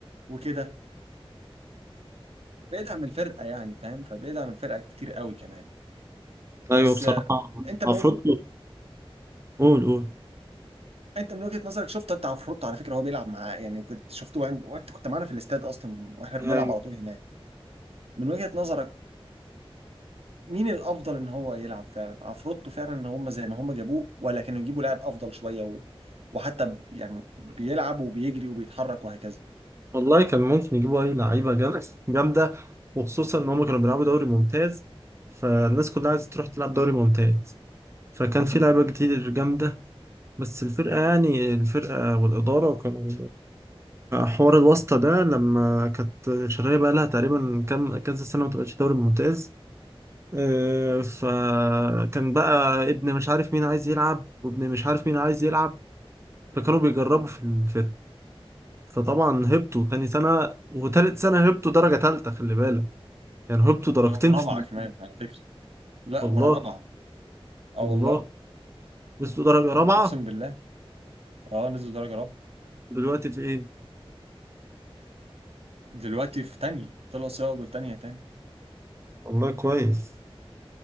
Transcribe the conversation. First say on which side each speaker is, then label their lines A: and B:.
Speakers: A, on the right; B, on the right.
A: وكده بيدعم الفرقة يعني فاهم فبيدعم الفرقة كتير قوي كمان
B: ايوه
A: بس
B: بصراحه
A: آه، انت من
B: عفروتو
A: وجه...
B: قول قول
A: انت من وجهة نظرك شفت انت عفروتو على فكرة هو بيلعب معاه يعني كنت شفته وانت وأنت كنت معانا في الاستاد اصلا واحنا بنلعب
B: ايوه
A: على طول هناك من وجهة نظرك مين الافضل ان هو يلعب فعلا عفروتو فعلا ان هم زي ما هم جابوه ولا كانوا يجيبوا لاعب افضل شويه و... وحتى ب- يعني بيلعب وبيجري وبيتحرك وهكذا
B: والله كان ممكن يجيبوا اي لعيبه جامده جامده وخصوصا ان هم كانوا بيلعبوا دوري ممتاز فالناس كلها عايزه تروح تلعب دوري ممتاز فكان في لعيبة كتير جامدة بس الفرقة يعني الفرقة والإدارة كانوا حوار الواسطة ده لما كانت الشرقية بقى لها تقريبا كام كذا سنة ما تبقاش دوري ممتاز آه، فكان بقى ابن مش عارف مين عايز يلعب وابن مش عارف مين عايز يلعب فكانوا بيجربوا في الفرقة فطبعا هبطوا تاني سنة وتالت سنة هبطوا درجة تالتة خلي بالك يعني هبطوا درجتين
A: ورابعه
B: في سنة
A: كمان على فكره لا
B: والله
A: ورابعه اه
B: والله
A: والله
B: وصلوا درجة رابعة
A: اقسم بالله اه نزلوا درجه رابعه
B: دلوقتي في ايه؟
A: دلوقتي في تانية طلعوا سياقوا تانية تاني
B: والله كويس